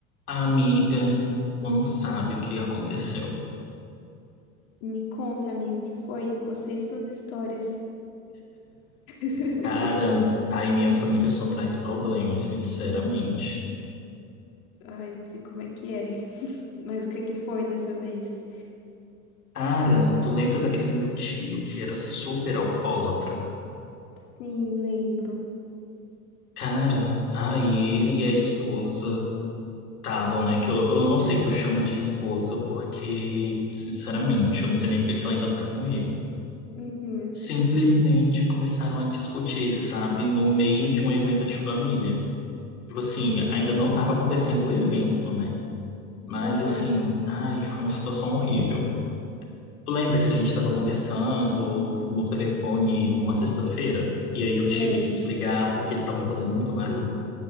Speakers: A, on the left (about 85°); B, on the left (about 65°).
A: Amiga, tu não sabe o que aconteceu.
B: Me conta, amigo, o que foi? Você e suas histórias. <laughs>
A: Cara, aí minha família só traz problemas, sinceramente.
B: Ai, não sei como é que é. <laughs> Mas o que que foi dessa vez?
A: Cara, tu lembra daquele meu tio que era super alcoólatra?
B: Sim, lembro.
A: Cara, aí ele e a esposa estavam, né? Que eu, eu não sei se eu chamo de esposa, porque, sinceramente, eu não sei nem porque que ela ainda tá com ele.
B: Uhum.
A: Simplesmente começaram a discutir, sabe? No meio de um evento de família. Tipo assim, ainda
B: Ai, meu
A: não estava
B: Deus.
A: acontecendo o evento, né? Mas
B: Aham,
A: assim, ai, foi uma situação horrível. Tu lembra que a gente estava conversando no telefone numa sexta-feira? E aí eu
B: lembro.
A: tive que desligar porque eles estavam fazendo muito barulho.